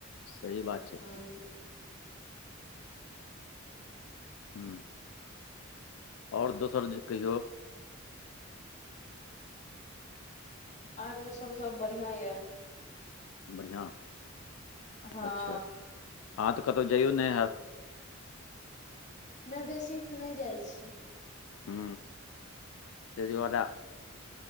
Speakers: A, on the left; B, on the left.
A: सही बात छै।
B: ह
A: हू। आओर दोसर जे कहियौ।
B: आरो सब सब बढ़िया ये।
A: बढ़िआँ
B: हँ
A: अच्छा अहाँ त कतहु जाइयौ नहि हयब।
B: नहि बेसी तऽ नहि जाइ छियै।
A: हू तै दुवारे।